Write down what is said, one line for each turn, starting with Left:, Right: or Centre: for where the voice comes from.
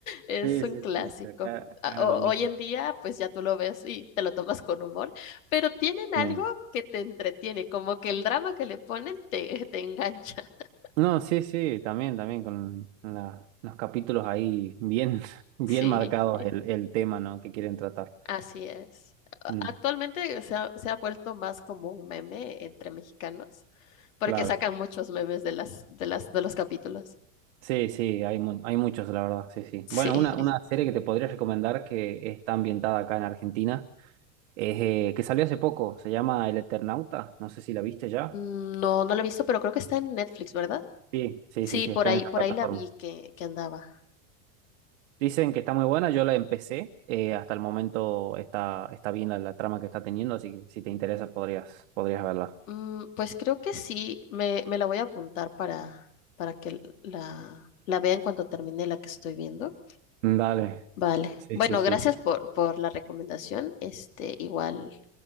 Left: Es
Right: Sí,
Left: un
Right: sí,
Left: clásico.
Right: sí, sí, acá, acá
Left: A-
Right: era
Left: o-
Right: lo mismo.
Left: hoy en día, pues ya tú lo ves y te lo tomas con humor, pero tienen algo
Right: Eh,
Left: que te entretiene, como que el drama que le ponen te, te engancha. <laughs>
Right: No, sí, sí, también, también con la- los capítulos ahí bien, <laughs> bien
Left: Sí.
Right: marcados el, el tema, ¿no? que quieren tratar.
Left: Así es. A-
Right: Mm,
Left: Actualmente se ha, se ha vuelto más como un meme entre mexicanos, porque
Right: claro.
Left: sacan muchos memes de las, de las, de los capítulos.
Right: Sí, sí, hay, mu- hay muchos, la verdad, sí, sí.
Left: Sí.
Right: Bueno,
Left: <laughs>
Right: una, una serie que te podría recomendar que está ambientada acá en Argentina, es, eh, que salió hace poco, se llama El Eternauta, no sé si la viste ya.
Left: No, no lo he visto, pero creo que está en Netflix, ¿verdad?
Right: Sí, sí,
Left: Sí,
Right: sí, sí,
Left: por
Right: está
Left: ahí,
Right: en esa
Left: por
Right: plataforma.
Left: ahí la vi que, que andaba.
Right: Dicen que está muy buena, yo la empecé, eh, hasta el momento está, está bien la, la trama que está teniendo, así que si te interesa podrías, podrías verla.
Left: Mm, pues creo que sí, me, me la voy a apuntar para, para que la, la vea en cuanto termine la que estoy viendo.
Right: Dale,
Left: Vale.
Right: sí,
Left: Bueno,
Right: sí, sí.
Left: gracias por, por la recomendación. Este, igual